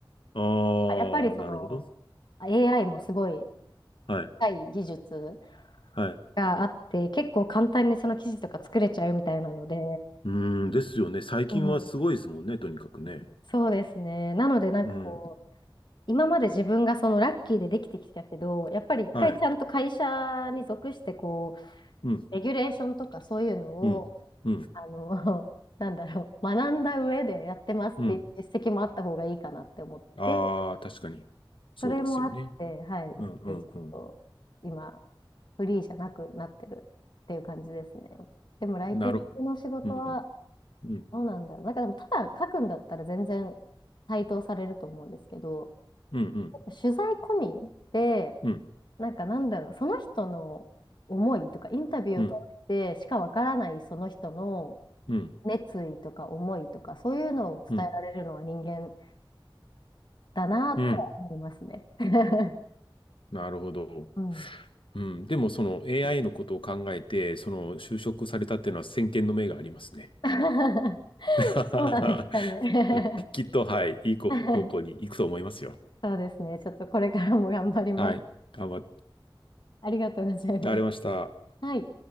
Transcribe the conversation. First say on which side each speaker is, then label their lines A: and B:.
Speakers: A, on the left; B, on the left.
A: ああ、
B: あやっぱりその
A: なるほど。
B: AI もすごい
A: はい。
B: 高い技術
A: はい。
B: があって結構簡単にその記事とか作れちゃうみたいなので、
A: うーん、ですよね。最近はすごいですもんね、
B: うん、
A: とにかくね。
B: そうですね。なのでなんかこう
A: うん。
B: 今まで自分がそのラッキーでできてきたけど、やっぱり一回ちゃんと会社に属して、
A: はい。
B: こう、
A: うん、
B: レギュレーションとかそういうのを、
A: うん、うん、
B: あの、<laughs> なんだろう、学んだ上でやってますっていう実績もあった方がいいかなって思って、
A: うん。ああ、確かに。そうですよね。
B: それもあって、はい、
A: うん、
B: 一回ちょっと、
A: うん、うん。
B: 今、フリーじゃなくなってるっていう感じですね。でも、ライティングの仕事は、
A: なるほど。うん、うん、
B: どうなんだろう。なんかでも、ただ書くんだったら全然対等されると思うんですけど、
A: うん、うん、
B: 取材込みで、
A: うん。
B: なんかなんだろう、その人の思いとか、インタビューを通してしかわからないその人の
A: うん、うん、
B: 熱意とか思いとか、そういうのを伝えられるのは人間
A: うん、
B: だなとは思いますね。
A: うん。
B: <laughs>
A: なるほど。
B: うん。
A: うん。でも、その AI のことを考えて、その就職されたっていうのは先見の明がありますね。
B: <laughs>
A: <laughs>
B: そうなんですかね。
A: うんきっと、はい、いい方向に行くと思いますよ。
B: <laughs> そうですね。ちょっとこれからも頑張ります。
A: はい。頑張
B: ありがとうございます。
A: られました。
B: はい。